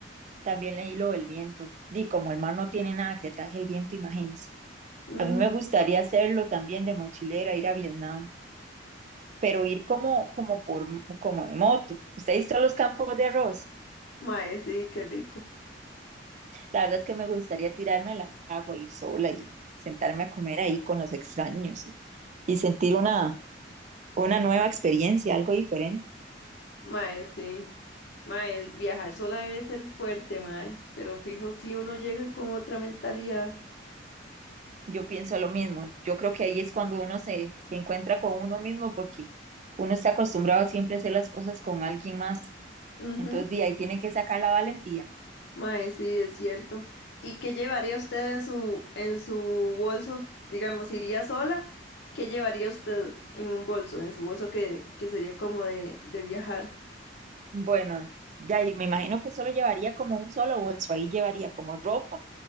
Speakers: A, on the right; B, on the left.
A: también leí lo del viento. Di, como el mar no tiene nada que taje el viento, imagínense.
B: Ujú.
A: A mí me gustaría hacerlo también de mochilera, ir a Vietnam. pero ir como, como, por, como en moto. Usted ha visto los campos de arroz.
B: Mae, sí, qué rico.
A: La verdad es que me gustaría tirarme al agua, ir sola y sentarme a comer ahí con los extraños y, y sentir una, una nueva experiencia, algo diferente.
B: Mae, sí. Mae, viajar sola debe ser fuerte, mae. Pero fijo, si uno llega con otra mentalidad.
A: Yo pienso lo mismo. Yo creo que ahí es cuando uno se, se encuentra con uno mismo porque uno está acostumbrado siempre a hacer las cosas con alguien más.
B: Ujú.
A: Entonces, de ahí tiene que sacar la valentía.
B: Mae, sí, es cierto. ¿Y qué llevaría usted en su, en su bolso? Digamos, ¿iría sola? ¿Qué llevaría usted en un bolso? En su bolso que, que sería como de, de viajar.
A: Bueno, de ahí me imagino que solo llevaría como un solo bolso. Ahí llevaría como ropa,